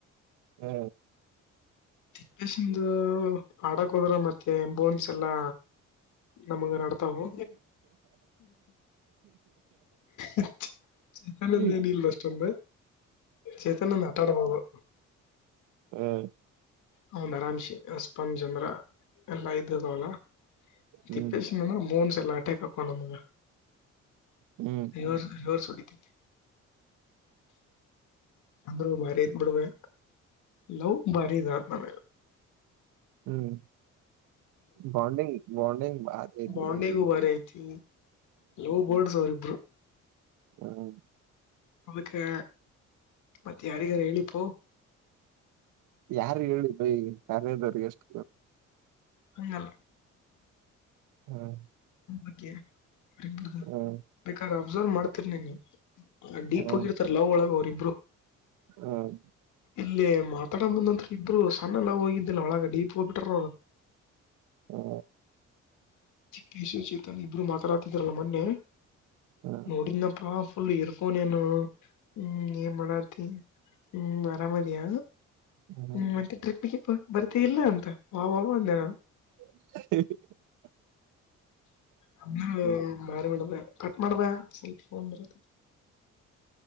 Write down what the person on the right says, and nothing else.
ಹ್ಮ
ಹ್ಮ್
ಹ್ಮ್
ಹ್ಮ್
ಹ್ಮ್,
ಹ್ಮ್ ಬಾಂಡಿಂಗ್ ಬಾಂಡಿಂಗ್ ಭಾರಿ ಐತ್
ಬಿಡು ಬೈ.
ಹ್ಮ
ಯಾರು ಹೇಳಿ ಬೈ ಕಾರ್ಯದವರಿಗೆ ಅಷ್ಟ
ಹ್ಮ್
ಹ್ಮ್,
ಹ್ಮ್,
ಹ್ಮ್,
ಹ್ಮ
ಹ್ಮ್,
ಹ್ಮ್.
<inaudible>